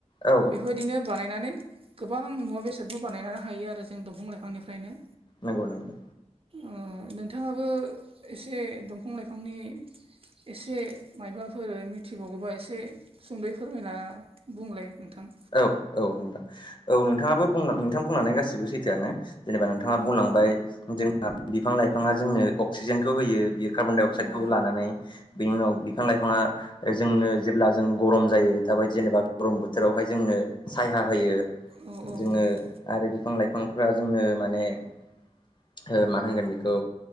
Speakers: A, on the left; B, on the right.
A: औ
B: बेफोरबायदिनो बानायनानै गोबां मुवा बेसादबो बानायनानै हायो आरो जों दंफां लाइफांनिफ्रायनो।
A: नोंगौ नोंगौ।
B: ओ नोंथाङाबो एसे दंफां लाइफांनि एसे माइबाफोर मिथि बावगौबा एसे सुंदै फोरमायना बुंलाय नोंथां।
A: औ औ नोंथां। औ नोंथाङाबो बुंलां नोंथां बुंलांनाय गासिबो सैथोआनो। जेनेबा नोंथाङा
B: औ
A: बुंलांबाय जों <unintelligible> बिफां लाइफाङा जोंनो अक्सिजेनखौ होयो बियो कार्बन डाइ अक्साइडखौ
B: औ उम
A: लानानै। बेनि उनाव बिफां लाइफाङा जोंनो जेब्ला जों गरम जायो दाबायदि जेनेबा गरम बोथोरावहाय जोंनो सायहा होयो।
B: अ औ
A: जोङो
B: नंगौ
A: आरो बिफां लाइफांफोरा जोंनो माने ओ मा होनगोन बेखौ